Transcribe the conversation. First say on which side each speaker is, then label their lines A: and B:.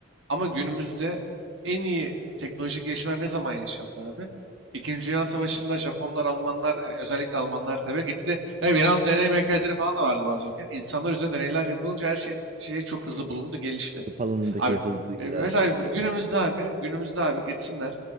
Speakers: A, on the right; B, on the right.
A: Ama günümüzde en iyi teknolojik gelişmeler ne zaman yaşandı abi? İkinci Dünya Savaşı'nda Japonlar, Almanlar, e, özellikle Almanlar tabii gitti. Yani yeraltı deney merkezleri falan da vardı bazı ülkeler. İnsanlar üzerine deneyler yapılınca her şey, şey çok hızlı bulundu, gelişti.
B: Tıp alanındaki
A: Abi
B: hızlı ilerlemeyi
A: e, mesela
B: diyorsun.
A: günümüzde
B: Evet.
A: abi, günümüzde abi gitsinler.